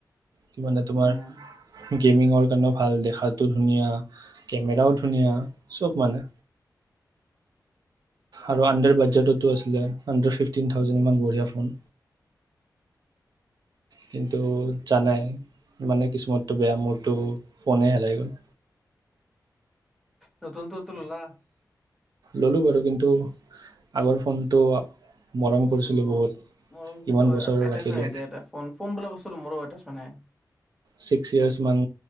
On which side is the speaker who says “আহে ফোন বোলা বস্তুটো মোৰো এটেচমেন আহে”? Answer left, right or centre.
Centre